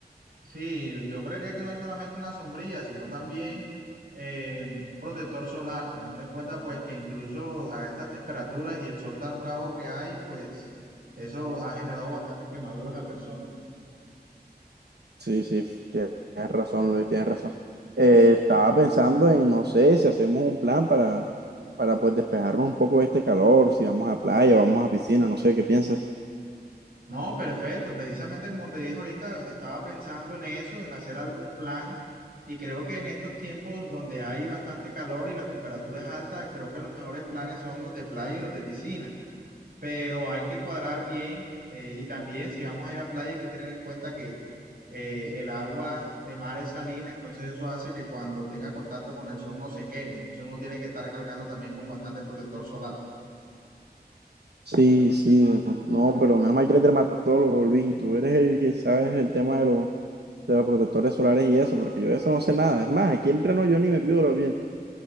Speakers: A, on the right; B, on the right.
A: Sí, yo creería que no es solamente una sombrilla, sino también eh, un protector solar, teniendo en cuenta pues que incluso a estas temperaturas y el sol tan bravo que hay, pues eso ha generado bastantes quemaduras a personas.
B: Sí, sí, tienes razón, Luis, tienes razón. Eh, estaba pensando en, no sé, si hacemos un plan para, para pues despejarnos un poco de este calor, si vamos a playa, vamos a piscina, no sé, ¿qué piensas?
A: No, perfecto. Precisamente como te dije ahorita, estaba pensando en eso, en hacer algún plan. Y creo que en estos tiempos donde hay bastante calor y la temperatura es alta, creo que los mejores planes son los de playa y los de piscina. pero hay que cuadrar bien eh, y también si vamos a ir a playa hay que tener en cuenta que eh, el agua de mar es salina, entonces eso hace que cuando tenga contacto con el sol no se queme, entonces uno tiene que estar cargando también con bastante protector solar.
B: Sí, sí, no, pero menos mal que eres dermatólogo, Luis, y tú eres el que sabes el tema de los de los protectores solares y eso, porque yo de eso no sé nada. Es más, aquí entreno yo ni me la bien.